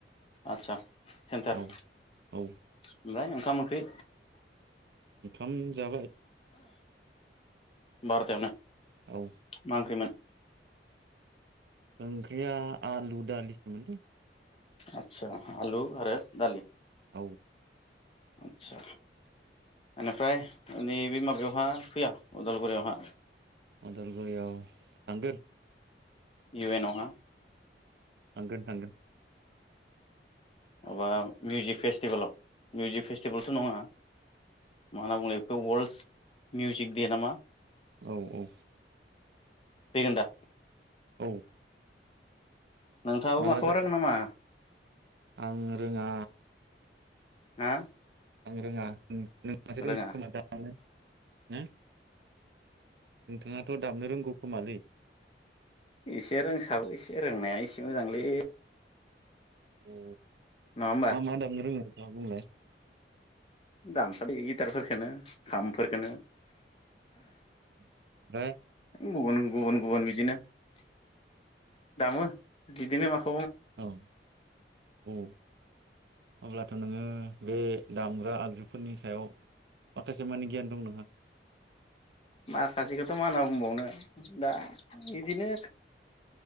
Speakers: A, on the left; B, on the right.
A: आतसा ‌। सेन्टार ओमफ्राय
B: औ औ
A: ओंखाम है
B: ओंखाम जाबाय ‌।
A: बार'तायावनो
B: औ
A: मा ओंख्रिमोन?
B: ओंख्रिया आलु दालिसो मोनलै ‌।
A: आतसा आलु आरो दालि।
B: औ।
A: आतसा ओनिफ्राय नै बे माबायावहा फैया उदालगुरियावहा?
B: अदालगुरियाव थांगोन ‌।
A: इउ एन आवहा।
B: थांगोन थांगोन ‌।
A: माबा मिउजिक फेस्टिभेलाव मिउजिक फेस्टिभेलथ' नङा मा होनना बुङोलाय बेखौ वर्ल्ड मिउजिक दे नामा?
B: औ औ।
A: फैगोन दा?
B: औ।
A: नोंथाङाबो
B: माला
A: माखौबा
B: जा
A: रोङो नामा?
B: आं रोंङा
A: हा
B: आं रोंङा नोंथांङासो रोंगोन
A: रोङा
B: खोमा दानो हो नोंथाङाथ' दामनो रोंगौ खोमालै
A: एसे रोंसाबो एसे रोंनाया एसे मोजांलै
B: अ
A: नङा होमबा
B: मा मा दामनो रोंङो नोंथाङा बुंलाय
A: दामसाबो इ गिटारखनो खाम फोरखोनो
B: हो <inaudible>
A: गुबुन गुबुन गुबुन बिदिनो <unintelligible> दामो बिदिनो माखा
B: औ औ अब्लाथ' नोंङो बे दामग्रा आगजुफोरनि सायाव माखासे माने गियान दं नोंहा
A: माखासेखौथ' मा होनना बुंबावनो दा बिदिनो